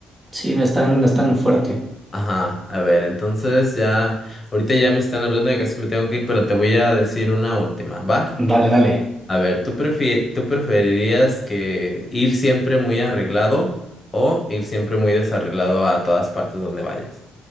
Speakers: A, on the right (about 20°); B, on the left (about 25°).
A: Sí, no es tan, no es tan fuerte.
B: ajá, a ver, entonces ya, ahorita ya me están hablando, y casi me tengo que ir, pero te voy a decir una última, ¿va?
A: Dale, dale.
B: A ver, ¿tú prefie- tú preferirías que ir siempre muy arreglado o ir siempre muy desarreglado a todas partes donde vayas?